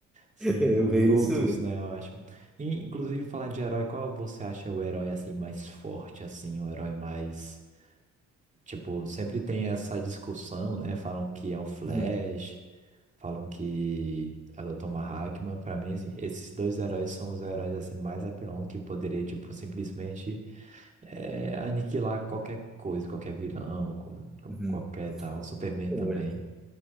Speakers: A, on the right; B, in the centre.
A: Sim,
B: É
A: o
B: bem
A: Brutus,
B: isso mesmo.
A: né, eu acho. E, inclusive, falar de herói, qual você acha o herói, assim, mais forte, assim, o herói mais... Tipo, sempre tem essa discussão, né, falam que é o Flash,
B: Uhum,
A: falam que é o Dr. Manhattan. Pra mim, assim, esses dois heróis são os heróis, assim, mais apelão que poderia, tipo, simplesmente é, aniquilar qualquer coisa, qualquer vilão, com- com-
B: uhum.
A: qualquer tal. Superman
B: Olha.
A: também.